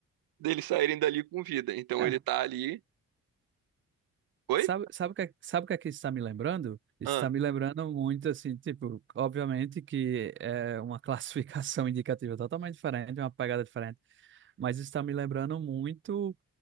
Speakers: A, on the right; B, on the right.
A: deles saírem dali com vida. Então
B: Cara,
A: ele tá ali. Oi?
B: sabe, sabe o que, é, sabe o que é que isso está me lembrando? Isso
A: Ah,
B: está me lembrando muito, assim, tipo, obviamente que é uma <laughs> classificação indicativa totalmente diferente, uma pegada diferente, mas isso está me lembrando muito